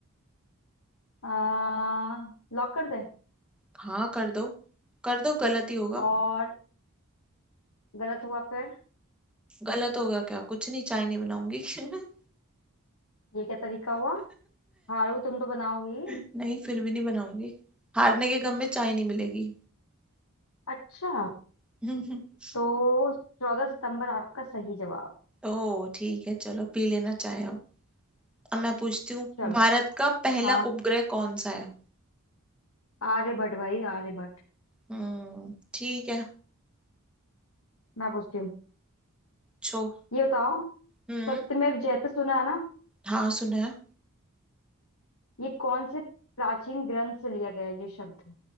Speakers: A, on the left; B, in the centre.
A: आ, लॉक कर दे
B: हाँ कर दो कर दो गलत ही होगा
A: और गलत हुआ फिर
B: गलत होगा क्या कुछ नहीं चाय नहीं बनाऊंगी <laughs>
A: ये क्या तरीका हुआ हारू तुम तो बनाओगी
B: नहीं फिर भी नहीं बनाऊंगी हारने के गम में चाय नहीं मिलेगी
A: अच्छा
B: <laughs>
A: तो चौदह सितंबर आपका सही जवाब
B: ओ ठीक है चलो पी लेना चाय अब अब मैं पूछती हूँ
A: चलो
B: भारत का पहला
A: हाँ
B: उपग्रह कौन सा है
A: आर्यभट्ट भाई आर्यभट्ट
B: हम्म ठीक है
A: मैं पूछती हूँ
B: छो
A: ये बताओ
B: हम्म
A: सत्यमेव जयते सुना है ना
B: हाँ सुना है
A: ये कौन से प्राचीन ग्रंथ से लिया गया है ये शब्द